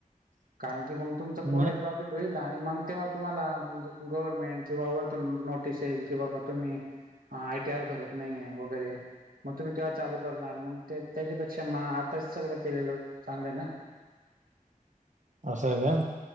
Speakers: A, on the right (about 85°); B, on the right (about 60°).
A: कारण की मग तुमचं पुढे
B: नाही
A: प्रॉफिट होईल आणि मग तेव्हाचं तुम्हाला गव्हर्नमेंट किंवा वरतून नोटीस येईल की बाबा तुम्ही आयटी आर भरत नाही आहेे वगैरे मग तुम्ही तेव्हा चालू करणार मग ते त्याच्यापेक्षा म आ तर सगळं केलेलं चांगलं ना
B: असं आहे काय